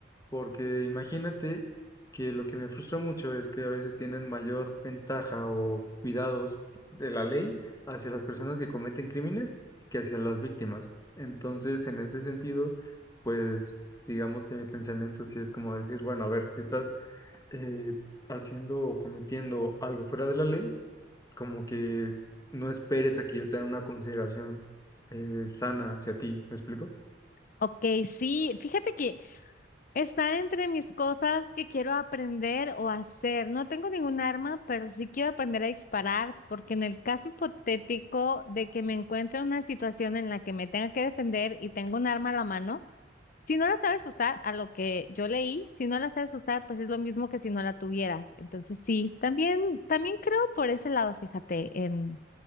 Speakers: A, on the left; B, on the left.
A: porque imagínate que lo que me frustra mucho es que a veces tienen mayor ventaja o cuidados de la ley hacia las personas que cometen crímenes que hacia las víctimas. Entonces, en ese sentido, pues digamos que mi pensamiento sí es como decir, bueno, a ver, si estás eh, haciendo o cometiendo algo fuera de la ley, como que no esperes a que yo tenga una consideración eh, sana hacia ti, ¿me explico?
B: Ok, sí, fíjate que está entre mis cosas que quiero aprender o hacer. No tengo ningún arma, pero sí quiero aprender a disparar, porque en el caso hipotético de que me encuentre en una situación en la que me tenga que defender y tengo un arma a la mano, Si no la sabes usar, a lo que yo leí, si no la sabes usar, pues es lo mismo que si no la tuvieras. Entonces sí, también, también creo por ese lado, fíjate, en,